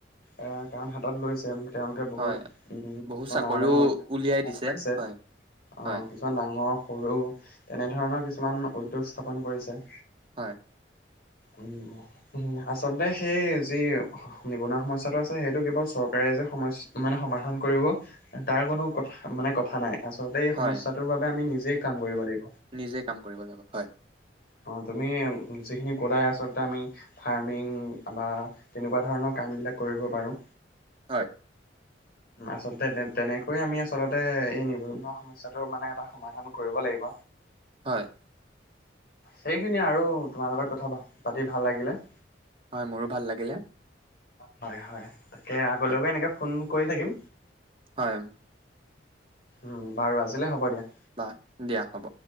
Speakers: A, on the left; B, on the right.
A: এ, কাম হাতত লৈছে। তেওঁলোকে বহুত
B: হয়,
A: উম
B: বহুত চাকৰিও
A: ডাঙৰ ডাঙৰ উদ্যোগ
B: উলিয়াই
A: স্থাপন
B: দিছে
A: কৰিছে
B: হয়।
A: অ',
B: হয়,
A: কিছুমান ডাঙৰ, সৰু তেনেধৰণৰ কিছুমান উদ্যোগ স্থাপন কৰিছে।
B: হয়।
A: উম, হম, আচলতে সেই যি নিবনুৱা সমস্যাটো আছ সেইটো কেৱল চৰকাৰে যে, সমচ-মানে সমাধান কৰিব তাৰ কোনো কথা মানে কথা নাই। আচলতে এই
B: হয়,
A: সমস্যাটোৰ বাবে আমি নিজেই কাম কৰিব লাগি
B: নিজে কাম কৰিব লাগিব, হয়।
A: অ', তুমি যিখিনি ক'লাই আচলতে আমি ফাৰ্মিং বা তেনেকুৱা ধৰণৰ কা কামবিলাক কৰিব পাৰোঁ।
B: হয়।
A: আচলতে তে-তেনেকৈয়ে আমি আচলতে এই নিবনুৱা সমস্যাটোৰ মানে এটা সমাধান কৰিব লাগিব।
B: হয়।
A: সেইখিনিয়ে আৰু তোমাৰ লগত কথা পাতি ভাল লাগিলে
B: হয় মোৰো ভাল লাগিলে।
A: হয় হয় তাকে আগলৈকে
B: হয়,
A: এনেকে ফোন কৰি থাকিম।
B: হয় এ
A: উম বাৰু আজিলে হ'ব দিয়া।
B: বা দিয়া হব।